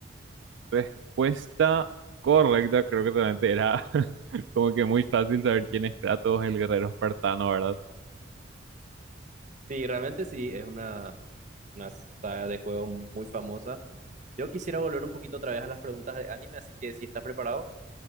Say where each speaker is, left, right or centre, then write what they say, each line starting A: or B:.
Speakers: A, on the right (about 65°); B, on the right (about 40°).
A: Respuesta correcta, creo que realmente era <laughs> como que muy fácil saber quién es Kratos, el guerrero espartano, ¿verdad?
B: Sí, realmente sí, es una, una saga de juegos muy famosa. Yo quisiera volver un poquito otra vez a las preguntas de anime, así que si estás preparado,